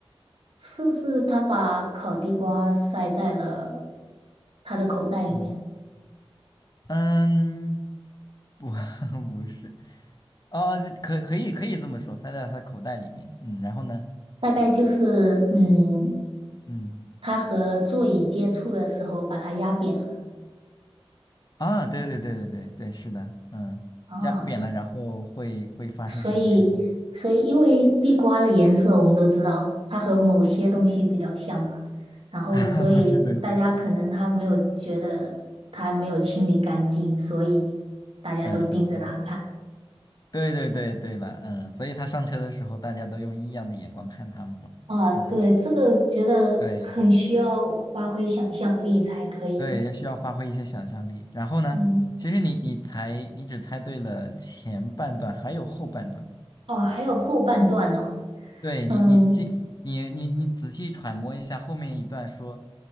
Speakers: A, on the right; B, on the left.
A: 是不是他把烤地瓜塞在了他的口袋里面？
B: 嗯嗯，不 <laughs> 不是，哦，可可以可以这么说，塞在他的口袋里面，嗯，然后呢，
A: 大概就是，嗯，
B: 嗯。
A: 他和座椅接触的时候把它压扁了。
B: 啊，对对对对对对，是的，嗯，
A: 啊，
B: 压扁了，然后会会发生什么事情？
A: 所以，所以因为地瓜的颜色我们都知道，它和某些东西比较像吧。然后，
B: <laughs>
A: 所以大家可能他没有觉得他没有清理干净，
B: 是的，是的，
A: 所以大家都盯着他看。
B: 嗯嗯嗯，对对对对了，嗯，所以他上车的时候，大家都用异样的眼光看他嘛，
A: 啊，对，
B: 嗯，
A: 这个觉得很需要发挥想象力才可以呢。
B: 对对，需要发挥一些想象力。然后呢，
A: 嗯，
B: 其实你你才你只猜对了前半段，还有后半段。
A: 哦，还有后半段呢。
B: 对你你这你你你仔细揣摩一下后面一段说，
A: 嗯，